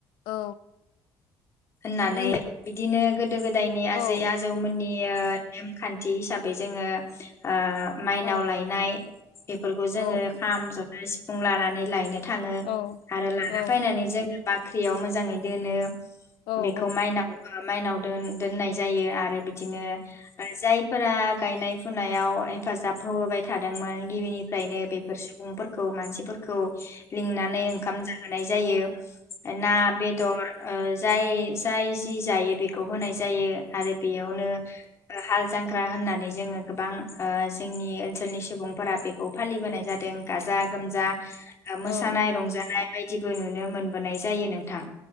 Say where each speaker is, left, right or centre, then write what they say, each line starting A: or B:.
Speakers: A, on the left; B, on the left.
A: औ।
B: होननानै
A: नों
B: बिदिनो गोदो गोदायनि आजै
A: औ औ
B: आजौमोननि इयो नेमखान्थि हिसाबै जोंङो ओ माइनाव
A: औ
B: लायनाय बेफोरखौ जोंङो
A: औ
B: खाम, जथा सि फुं लानानै लायनो थाङो
A: औ
B: आरो लाना
A: औ
B: फैनानै जोंनि बाख ख्रियाव मोजाङै दोनो।
A: औ
B: बेखौ माइनाव
A: औ
B: माइनाव दोन-दोननाय जायो आरो बिदिनो ओ जाय फोरा गायनाय फुनायाव हेफाजाब होबोबाय थादोंमोन गिबिनिफ्रायनो बेफोर सुबुं फोरखौ मानसिफोरखौ लिंनानै ओंखाम जा होनाय जायो। ना, बेदर ओ जाय जाय जि जायो बेखौ होनाय जायो। आरो बेयावनो हाल जांख्रा होननानै जोंङो गोबां ओ जोंनि ओन्सोलनि सुबुंफोरा बेखौ फालिबोनाय जादों। गाजा गोमजा ओ मोसानाय
A: औ औ
B: रंजानाय बायदिबो नुनो मोनबोनाय जायो नोंथां।